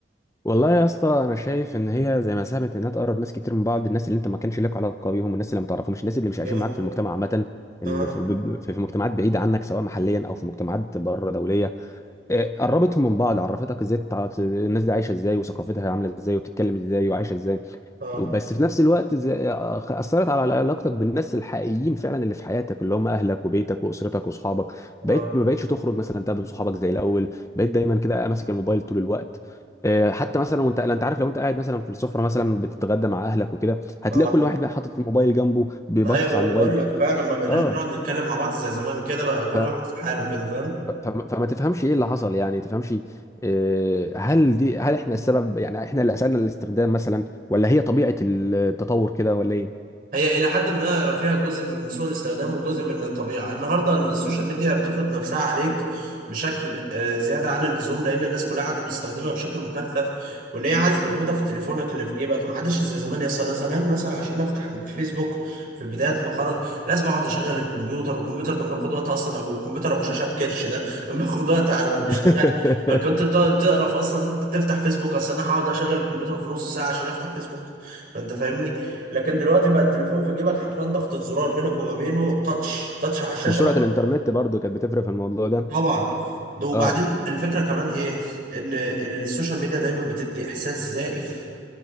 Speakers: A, on the left; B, on the right.
A: والله يا اسطى انا شايف ان هي زي ما ساهمت انها تقرب ناس كتير من بعض الناس اللي انت ما كانش لك علاقه بيهم والناس اللي ما تعرفهمش الناس اللي مش عايشين
B: اه
A: معاك في المجتمع عامه
B: اه
A: اللي في, في في مجتمعات بعيده عنك سواء محليا او في مجتمعات بره دوليه آه، قربتهم من بعض عرفتك ازاي تتع- الناس دي عايشه ازاي وثقافتها عامله ازاي وبتتكلم ازاي وعايشه ازاي
B: اه
A: بس في نفس الوقت ز- اثرت على علاقتك بالناس الحقيقيين فعلا اللي في حياتك اللي هم اهلك وبيتك واسرتك وصحابك بقيت
B: اه
A: ما بقتش تخرج مثلا تقابل صحابك زي الاول بقيت دايما كده ماسك الموبايل طول الوقت آه، حتى مثلا وانت لا، انت عارف لو انت قاعد مثلا في السفره مثلا بتتغدى مع اهلك وكده هتلاقي
B: اه
A: كل واحد بقى حاطط الموبايل جنبه بيبصص
B: ايوه انا
A: على الموبايل
B: بقول
A: بي-
B: لك فعلا ما بقيناش
A: اه
B: بنقعد نتكلم مع بعض زي زمان كده بقى كل
A: ف...
B: واحد في حاله كده فاهم
A: فما فما تفهمش ايه اللي حصل يعني تفهمش آه، هل دي هل احنا السبب يعني احنا اللي اسالنا الاستخدام مثلا ولا هي طبيعه التطور كده ولا ايه
B: هي إلى حد ما فيها جزء من سوء الاستخدام وجزء من الطبيعة النهاردة السوشيال ميديا بتفرض نفسها عليك بشكل آه، زيادة عن اللزوم لأن الناس كلها عادت بتستخدمها بشكل مكثف وإن هي عادت موجودة في تليفونك اللي في جيبك ما عادش زي زمان يا اسطى أنا زمان مثلا عشان أفتح فيسبوك في بداية ما خرج لازم أقعد أشغل الكمبيوتر والكمبيوتر كان بياخد وقت أصلا أبو الكمبيوتر أبو شاشة بكرش ده كان بياخد وقت على ما بيشتغل
A: <laughs>
B: فكنت بتقعد تقرف أصلا إن أنت تفتح فيسبوك أصلا أنا هقعد أشغل الكمبيوتر في نص ساعة عشان أفتح فيسبوك فأنت فاهمني لكن دلوقتي بقى التليفون في جيبك حرفيا ضغطة زرار بينك وما بينه تاتش تاتش على الشاشة
A: وسرعه
B: وت-
A: الانترنت برضو كانت بتفرق في الموضوع ده
B: طبعا ده وبعدين
A: اه
B: الفكرة كمان ايه ان ال- السوشيال ميديا دايما بتدي احساس زائف